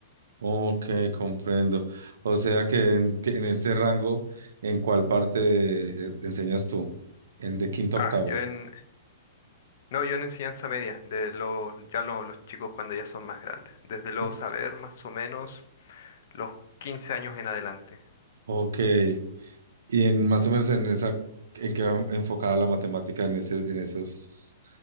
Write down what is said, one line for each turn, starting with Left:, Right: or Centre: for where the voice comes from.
Right: Ok, comprendo. O sea que en, que en este rango, ¿en cuál parte de- eh, enseñas tú? En de quinto
Left: Ah,
Right: a octavo.
Left: yo en, no, yo en enseñanza media, de los, ya los, los chicos cuando ya son más grandes, desde los
Right: Pues,
Left: saber más o menos los 15 años en adelante.
Right: Ok. Y en más o menos en esa, ¿en qué va enfocada la matemática en ese, en esos,